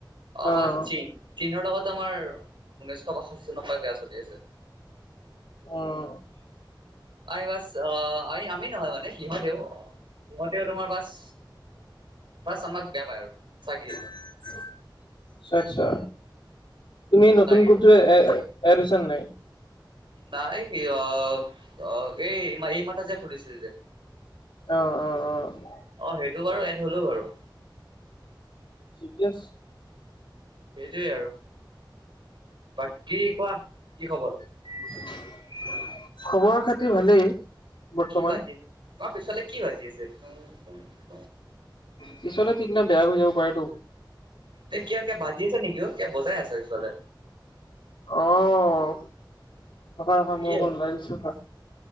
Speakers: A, on the right; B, on the left.
A: অবছ
B: অ',
A: চীন চীনৰ লগতো আমাৰ ঊনৈশ বাষষ্ঠী চনৰ পৰা বেয়া চলি আছে।
B: উম
A: উম হু আই বাছ অ আ আমি নহয় মানে সিহঁতেও ভন্তিও তোমাৰ বাছ ফাছ আমাক বেয়া পায় আৰু চাগে।
B: টু টুও আচ্ছা আচ্ছা তুমি
A: মোৰ
B: নতুন
A: লাগে
B: গোটটোৱে। এ এ এয়া লৈছা নে নাই।
A: নাই কি অ অ এই মাই মাতা যে খুুলিছিল যে।
B: অ অ অ। অ ঝিঙগালালা
A: অ সেইটো বাৰু ইয়াত হ'লো বাৰু।
B: ঠিকেই আছে।
A: সেইটোৱে আৰু তাকে কোৱা কি খবৰ?
B: টি ই টি ই খবৰ খাতি ভালেই। বৰ্তমান,
A: কি বাজি আছে তোমাৰ পিছফালে কি বাজি আছে টু টু
B: পিছলে ঠিক নাই বেয়া হৈ যাব পাৰেতো।
A: এ কিয়া কিয়া বাজি আছে নেকিও কিয়া বজাই আছে পিছফালে।
B: অ অ অ ৰখা ৰখা
A: কি
B: মই অকমান
A: হয়
B: ওলাই গৈছোঁ ৰখা।